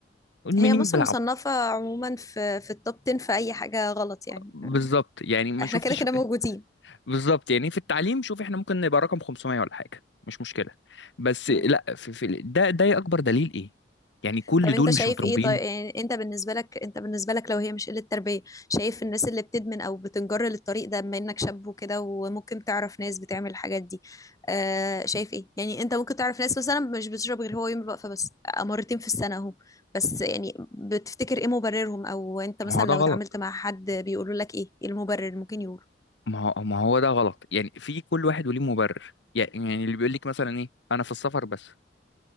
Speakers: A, on the left (about 75°); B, on the left (about 20°).
A: مدمنين
B: هي مصر
A: بيلعب
B: مصنفة عموما في في التوب 10 في اي حاجة غلط يعني
A: بالظبط
B: آه،
A: يعني ما
B: احنا
A: شفتش
B: كده كده موجودين
A: بالظبط يعني في التعليم شوف احنا ممكن نبقى رقم 500 ولا حاجة مش مشكلة بس
B: امم
A: لا في في ده ده أكبر دليل إيه يعني كل
B: طب انت
A: دول
B: شايف
A: مش متربيين
B: ايه طيب يعني انت بالنسبه لك انت بالنسبه لك لو هي مش قله تربيه شايف الناس اللي بتدمن او بتنجر للطريق ده بما انك شاب وكده وممكن تعرف ناس بتعمل الحاجات دي آه شايف ايه يعني انت ممكن تعرف ناس مثلا مش بتشرب غير هو يوم الوقفه بس آه، مرتين في السنه اهو بس يعني بتفتكر ايه مبررهم او انت مثلا
A: ما هو ده
B: لو
A: غلط
B: اتعاملت مع حد بيقولوا لك ايه ايه المبرر ممكن يقوله
A: ما هو ما هو ده غلط يعني في كل واحد وليه مبرر يعني يعني اللي بيقول لك مثلا ايه انا في السفر بس